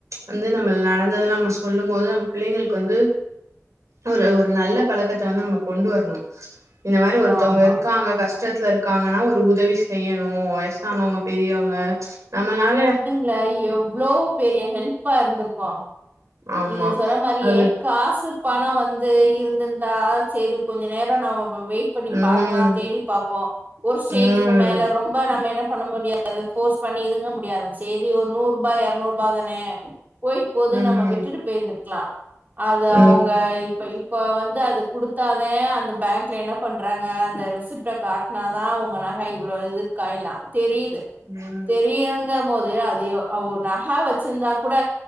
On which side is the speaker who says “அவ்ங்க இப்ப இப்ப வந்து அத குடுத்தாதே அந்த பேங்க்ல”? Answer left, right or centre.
Right